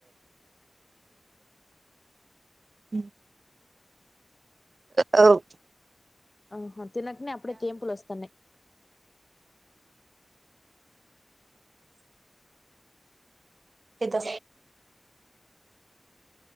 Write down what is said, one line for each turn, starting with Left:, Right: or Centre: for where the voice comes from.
Right: ఉమ్ ఆ ఎవ్
Left: ఔ హ తినకనే అప్పుడే కేంపులొస్తన్నయి
Right: ఏదా